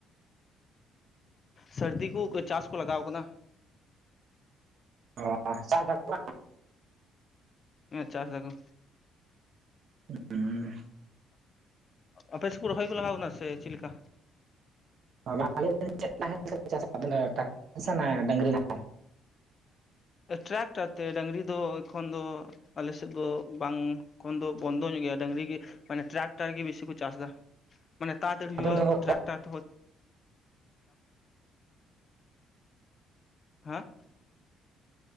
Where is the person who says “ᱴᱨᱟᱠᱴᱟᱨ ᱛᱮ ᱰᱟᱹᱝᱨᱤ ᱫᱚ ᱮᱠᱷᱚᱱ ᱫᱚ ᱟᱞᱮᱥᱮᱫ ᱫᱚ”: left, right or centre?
Left